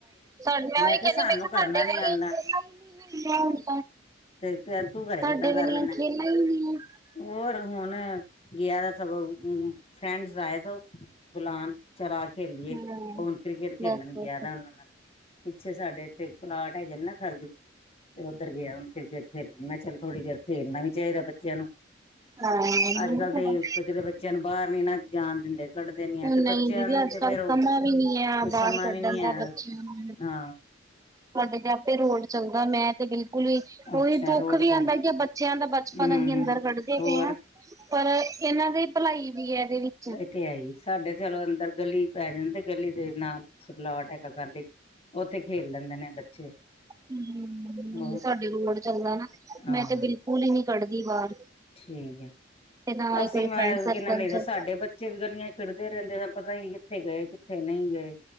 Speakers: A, on the right; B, on the left.
A: ਸਾਡੇਹੀ
B: ਕਿਹਾ
A: ਕਹਿੰਦੀ
B: ਸਾਨੂੰ
A: ਮੈਂ ਕਿਹਾ
B: ਕਰਨਾ
A: ਸਾਡੇ
B: ਨੀ ਆਂਦਾ।
A: ਵੀ
B: ਤੇ ਤੂੰ ਘਰੇ
A: ਸਾਡੇ
B: ਕਿੱਦਾਂ ਕਰ
A: ਮ ਨੀਆਂ
B: ਲੈਣਾ
A: ਖੇ ਲ ਹੀ ਆ
B: ਹੋਰ ਹੁਣ ਗਿਆ ਤਾਂ ਸਗੋਂ ਫਰੈਂਡਸ ਆਏ ਬੁਲਾਨ ਚਰਾ ਖੇਲੀਏ
A: ਹਮ
B: ਹੁਣ ਕ੍ਰਿਕਟ ਖੇਲਣ
A: ਬਸ
B: ਗਿਆ ਉਹਨਾਂ ਨਾਲ ਪਿੱਛੇ ਸਾਡੇ ਇੱਥੇ ਪਲਾਟ ਹੈਗੇ ਨੇ ਨਾ ਖਾਲੀ ਤੇ ਉੱਧਰ ਗਿਆ ਹੁਣ ਫ ਫ ਖੇਣ ਮੈਂ ਚਲ ਥੋੜ੍ਹੀ ਦੇਰ ਖੇਲਣਾ ਵੀ ਚਾਹੀਦਾ ਬੱਚਿਆਂ ਨੂੰ
A: ਹਮ
B: ਅੱਜ ਕੱਲ੍ਹ ਤੇ ਕਿਤੇ ਬੱਚਿਆਂ ਨੂੰ ਬਾਹਰ ਨੀ ਨਾ ਜਾਣ ਦਿੰਦੇ ਲੜਦੇ ਨ
A: ਹਾਂ
B: ਆ ਤੇ
A: ਨਹੀਂ
B: ਬੱਚਿਆਂ
A: ਦੀਦੀ
B: ਨੂੰ
A: ਅੱਜ
B: ਤੇ
A: ਕੱਲ
B: ਫੇਰ ਉਹ
A: ਸਮਾਂ ਵੀ ਨੀ ਆ
B: ਕੁਛ
A: ਬਾਹਰ
B: ਸਮਾਂ
A: ਕੱਢਣ
B: ਵੀ ਨੀ
A: ਦਾ
B: ਹੈ
A: ਬੱਚਿਆਂ ਨੂੰ
B: ਹਾਂ
A: ਤੁਹਾਡੇ ਤੇ ਆਪੇ ਰੋਡ ਚਲਦੈ ਮੈਂ ਤੇ ਬਿਲਕੁਲ ਈ ਉਹੀ
B: ਅੱਛਾ
A: ਦੁੱਖ
B: ਰੋਡ
A: ਵੀ
B: ਤੇ
A: ਆਉਂਦਾ
B: ਨੇ
A: ਕਿ ਬੱਚਿਆਂ ਦਾ ਬਚਪਨ
B: ਹੂੰ
A: ਅਸੀਂ ਅੰਦਰ
B: ਹੂੰ
A: ਕੱਢਦੇ
B: ਹੋਰ
A: ਪਏ ਹਾਂ ਪਰ ਇਹਨਾਂ ਦੀ ਭਲਾਈ ਵੀ ਹੈ ਇਹਦੇ ਵਿੱਚ
B: ਇਹ ਤੇ ਹੈ ਹੀ ਸਾਡੇ ਚਲੋ ਅੰਦਰ ਗਲੀ ਪੈ ਜਾਂਦੇ ਗਲੀ ਦੇ ਨਾਲ ਸਲਾ ਟੈਕਾ ਕਰ ਲੀ ਉੱਥੇ ਖੇਲ ਲੈਂਦੇ ਨੇ ਬੱਚੇ
A: ਹ
B: ਹੋਰ
A: ਸਾਡੇ ਰੋਡ ਚੱਲਦਾ ਨਾ
B: ਹਾਂ
A: ਮੈਂ ਤੇ ਬਿਲਕੁਲ ਹੀ ਨੀ ਕੱਢਦੀ ਬਾਹਰ
B: ਠੀਕ ਹੈ।
A: ਤੇ ਨਾ ਹੀ
B: ਅਸੀਂ
A: ਕੋਈ
B: ਮੈਂ
A: ਫਰੈਂਡ ਸਰਕਲ
B: ਕੀ ਨਾ ਲਈਦਾ
A: ਚ
B: ਸਾਡੇ ਬੱਚੇ ਵੀ ਗਲੀਆਂ ਚ ਖੇਡਦੇ ਰਹਿੰਦੇ ਤਾਂ ਪਤਾ ਈ ਨੀ ਕਿੱਥੇ ਗਏ ਨਹੀ ਗਏ।